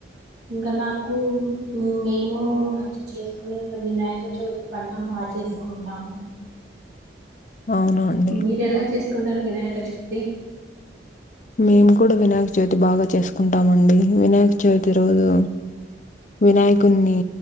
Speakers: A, on the right; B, on the left.
A: ఇంకా నాకు మేము మ చేసుకునే ఇంకా వినాయక చవితి పండగ బాగా చేసుకుంటాము
B: అవునా అండి.
A: మీరు ఎలా చేసుకుంటారు వినాయక చవితి
B: మేము కూడా వినాయక చవితి బాగా చేసుకుంటామండి వినాయక చవితి రోజు వినాయకున్ని